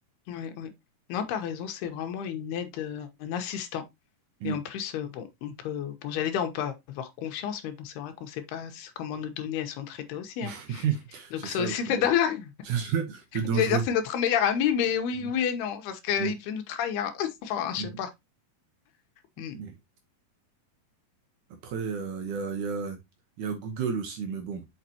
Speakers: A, on the left; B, on the right.
A: ouais, ouais. Non, t'as raison, c'est vraiment une aide, euh, un assistant.
B: Mm.
A: Et en plus, euh, bon, on peut, bon, j'allais dire, on peut avoir confiance, mais bon, c'est vrai qu'on ne sait pas s- comment nos données, elles sont traitées aussi,
B: <laughs>
A: hein. Donc
B: C'est
A: ça
B: ça
A: aussi,
B: le problème.
A: <laughs> c'est dingue.
B: <laughs> C'est dangereux.
A: J'allais dire c'est notre meilleur ami, mais oui,
B: Mm,
A: oui et non, parce qu'il
B: mm,
A: peut nous trahir. <laughs> Enfin, je
B: mm.
A: sais pas. Hmm.
B: mm. Après, euh, il y a, y a, y a Google aussi, mais bon.